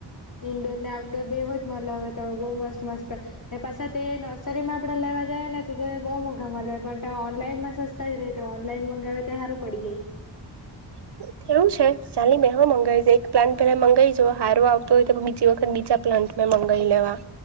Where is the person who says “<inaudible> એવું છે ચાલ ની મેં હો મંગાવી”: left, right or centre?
Right